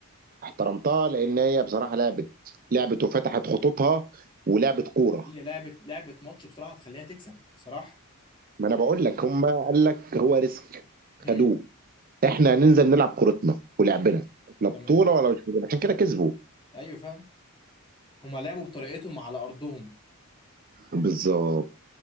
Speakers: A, on the right; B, on the left.
A: احترمتها لان هي بصراحه لعبت لعبت وفتحت خطوطها ولعبت كوره
B: هي لعبه لعبه ماتش بصراحه تخليها تكسب بصراحه
A: ما انا بقول لك هم قال لك هو ريسك
B: هم.
A: خدوه احنا هننزل نلعب كورتنا ولعبنا لا بطوله
B: تمام
A: ولا مش بطولة. عشان كده كسبوا
B: ايوه فعلا هما لعبوا بطريقتهم على ارضهم
A: بالظبط